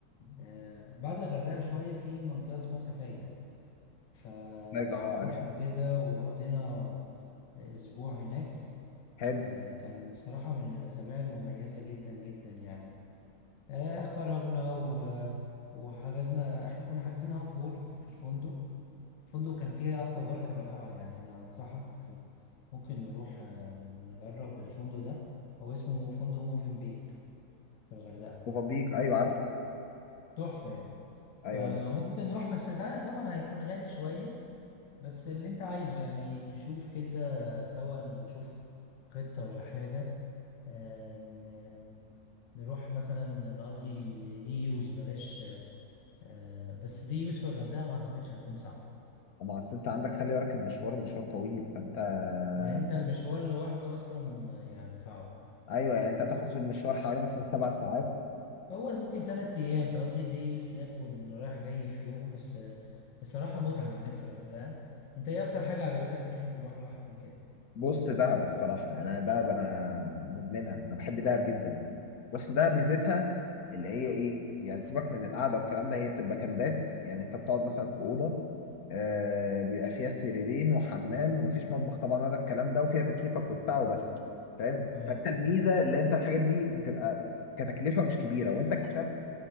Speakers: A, on the left; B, on the left.
A: آه، بعد الغردقة بشوية في منطقة اسمها سفاجة ف...
B: لا اه
A: فروحنا
B: عارف
A: كده وقضينا أسبوع هناك
B: حلو
A: آه، كان صراحة من الأسابيع المميزة جدا جدا يعني آه، خرجنا و... وحجزنا احنا كنا حاجزين هاف بورد في الفندق فندق كان فيه أكوا بارك رائعة يعني أنا أنصحك ممكن نروح آه، نجرب الفندق ده هو اسمه مو- فندق موفين بيك في الغردقة
B: موزمبيق ايوه عارف
A: تحفة يعني فممكن
B: ايوه دي
A: نروح بس ده طبعا هيكون غالي شوية بس اللي أنت عايزه يعني نشوف كده سوا نشوف خطة ولا حاجة آه، ن- نروح مثلا نقضي دي يوز بلاش آه، بس دي يوز في الغردقة ما أعتقدش هتكون صعبة
B: اما اصل انت عندك خلي بالك المشوار مشوار طويل فانت
A: ده انت المشوار
B: آه،
A: لوحده اصلا يعني صعب
B: ايوه يعني انت هتاخد في المشوار حوالي مثلا سبع ساعات
A: هو ممكن تلات أيام تقضي دي يوز هناك ورايح جاي في يوم بس آه، الصراحة متعة هناك في الغردقة أنت إيه أكتر حاجة عجبتك من ناحية البحر الأحمر كده؟
B: بص دهب الصراحة يعني أنا دهب أنا مدمنها أنا بحب دهب جدا بص دهب ميزتها اللي هي إيه يعني سيبك من القعدة والكلام ده هي بتبقى كامبات يعني أنت بتقعد مثلا في أوضة آه بيبقى فيها سريرين وحمام ومفيش مطبخ طبعا ولا الكلام ده وفيها تكييفك وبتاع وبس فاهم
A: آه
B: فأنت الميزة اللي أنت الحاجات دي بتبقى كتكلفة مش كبيرة وأنت كشاب